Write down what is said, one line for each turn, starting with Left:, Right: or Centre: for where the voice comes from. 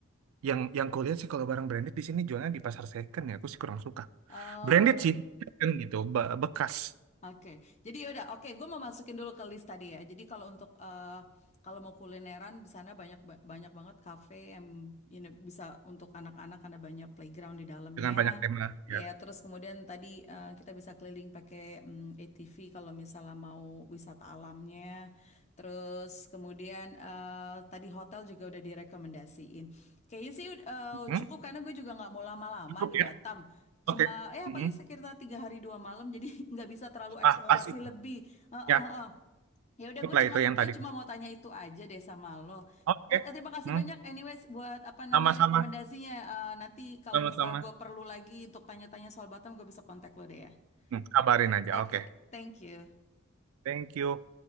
Right: Yang yang kulihat sih kalau barang branded di sini jualnya di pasar second ya, aku sih kurang suka.
Left: Eh,
Right: Branded sih kan gitu, be- bekas
Left: Oke, jadi yaudah. Oke, gue mau masukin dulu ke list tadi ya. Jadi kalau untuk eh, kalau mau kulineran di sana banyak ba- banyak banget kafe yang you know, bisa untuk anak-anak karena banyak playground di dalamnya.
Right: dengan banyak tema
Left: Ya,
Right: ya.
Left: terus kemudian tadi eh, kita bisa keliling pakai mm, ATV kalau misalnya mau wisata alamnya. Terus kemudian eh, tadi hotel juga udah direkomendasiin. Kayaknya sih eh,
Right: Hmm,
Left: cukup karena gue juga nggak mau lama-lama
Right: Cukup
Left: di Batam.
Right: ya. Oke.
Left: Cuma ya
Right: Mm-mm.
Left: paling sekitar tiga hari dua malam jadi <laughs> nggak bisa terlalu
Right: Ah,
Left: eksplorasi
Right: pas itu.
Left: lebih. Eh,
Right: Ya,
Left: eh, eh. Ya udah
Right: cukup
Left: gue
Right: lah
Left: cuma
Right: itu yang
Left: gue
Right: tadi.
Left: cuma mau tanya itu aja deh sama lo.
Right: Oke.
Left: Ta- eh, Terima kasih
Right: Hmm,
Left: banyak anyways buat apa namanya
Right: Sama-sama,
Left: rekomendasinya. Eh, nanti kalau
Right: sama-sama.
Left: misalnya gue perlu lagi untuk tanya-tanya soal Batam gue bisa kontak lo deh ya.
Right: Hmm, Kabarin aja.
Left: Oke,
Right: Oke.
Left: thank you.
Right: Thank you.